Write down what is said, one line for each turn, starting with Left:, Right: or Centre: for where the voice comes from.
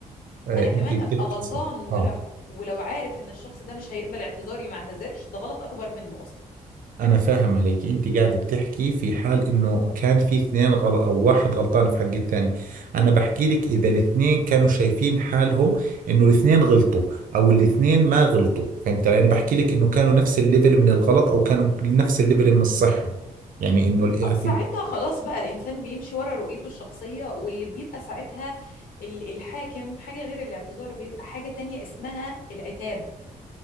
Right: آه،
Left: انا كمان
Right: انت بتحكي
Left: ابقى غلطان
Right: صح
Left: ولا
Right: اه
Left: ولو عارف ان الشخص ده مش هيقبل اعتذاري ما اعتذرش ده غلط اكبر منه اصلا
Right: أنا فاهم عليك أنت قاعد بتحكي في حال إنه كان في اثنين غل... أو واحد غلطان في حق الثاني أنا بحكي لك إذا الاثنين كانوا شايفين حالهم إنه الاثنين غلطوا أو الاثنين ما غلطوا فهمت علي أنا بحكي لك إنه كانوا نفس الليفل من الغلط أو كانوا نفس الليفل من الصحة يعني إنه الاعتذار
Left: آه، ساعتها خلاص بقى الإنسان بيمشي ورا رؤيته الشخصية واللي بيبقى ساعتها ال- الحاكم حاجة غير الاعتذار بيبقى حاجة تانية اسمها العتاب